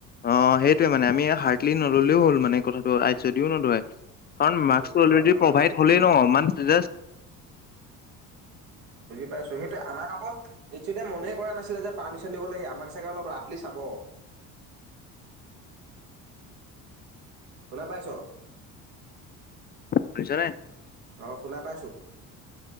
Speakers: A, on the left; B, on the right.
A: অ সেইটোৱে মানে আমি হাৰ্ডলি নললেও হ'ল মানে কথাটো এইচ অ দিও নধৰে। কাৰণ
B: উম,
A: মাস্কটো
B: কিন্তু
A: অলৰেদি
B: আমাক
A: প্ৰভাইড হ'লেই
B: উম,
A: ন মান জাষ্ট
B: বুজি পাইছো সেইটো আমাক আকৌ এইচ অ দিও মনেই কৰা নাছিলে যে পাৰ্মিশন দিবলৈহে আমাক চাগে অলপ ৰাফলি চা হব। শুনা পাইছ,
A: বুজিছানে
B: অহ শুনা পাইছো।